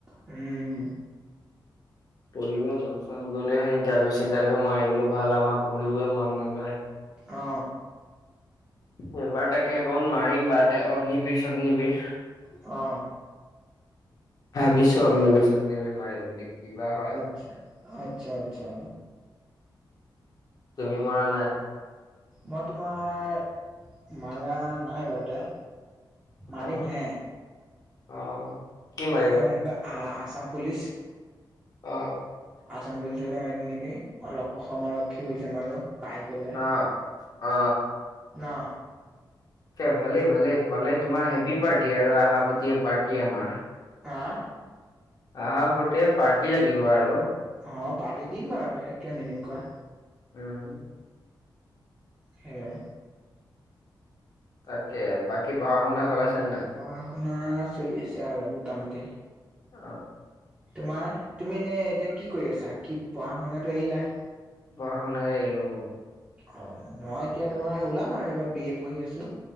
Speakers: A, on the right; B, on the left.
A: উম।
B: পঢ়িব মন চন গ'লেহে ইণ্টাৰভিউ-চিণ্টাৰভিউ মাৰিবলৈ ভাল, আমাক পঢ়িবইও মন নযায়
A: অ।
B: এইবাৰ তাকে অকন মাৰি <unintelligible> অগ্নিবীৰ-চগ্নিবীৰ।
A: অ।
B: ভাবিছো আগ্নিবীৰ-চগ্নিবীৰ বুলি কিবা হয়।
A: <unintelligible> আচ্ছা আচ্ছা।
B: তুমি মৰা নাই?
A: মই তোমাৰ মাৰা নাই বাৰুতে, মাৰিমহে।
B: অ অ। কি মাৰিবা
A: এনেকা আ-আছাম পুলিছ।
B: অ।
A: আসাম পুলিচতে মাৰিম নেকি, অসম আৰক্ষী হৈ যাম আৰু পাই গ'লে।
B: অ অ।
A: ন?
B: এয়া ভালেই ভালেই পালে তোমাৰ হেভি পাৰ্টি আৰু আহাপতি পাৰ্টি আমাৰ।
A: হা?
B: আহা প্ৰতি পাৰ্টি লাগিব আৰু।
A: অ পাৰ্তি দিম বাৰু তই কিয় নিদিম কোৱা।
B: উম।
A: সেয়ে।
B: তাকে বাকী পঢ়া শুনা চলাইছে নাই?
A: পঢ়া শুনা চলি আছে আৰু মোটামুটি।
B: অ
A: তোমাৰ তুমি এনে এতিয়া কি কৰি আছা? কি পঢ়া শুনাটো এৰিলা।
B: পঢ়া শুনা এৰিলো মই।
A: অ মই এতিয়া তোমাৰ ওলাম আৰু এবাৰ বি এ পঢ়ি আছো,